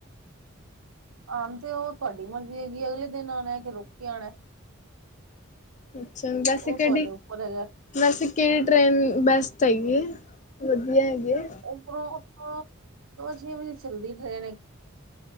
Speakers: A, on the right; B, on the left.
A: ਆਂਦੇ ਓ ਤੁਹਾਡੀ ਮਰਜ਼ੀ ਹੈਗੀ ਏ ਅਗਲੇ ਦਿਨ ਆਣਾ ਕਿ ਰੁਕ ਕੇ ਆਣਾ
B: ਅੱਛਾ ਵੈਸੇ
A: ਉਹ
B: ਕਿਹੜੀ
A: ਤੁਹਾਡੇ ਉੱਪਰ ਹੈਗਾ
B: ਵੈਸੇ ਕਿਹੜੀ ਟ੍ਰੇਨ ਬੈਸਟ ਹੈਗੀ ਏ ਵਧੀਆ ਹੈਗੀ ਏ
A: ਉੱਪਰੋਂ ਉ ਸਵਾ ਛੇ ਵਜੇ ਚੱਲਦੀ ਟ੍ਰੇਨ ਇੱਕ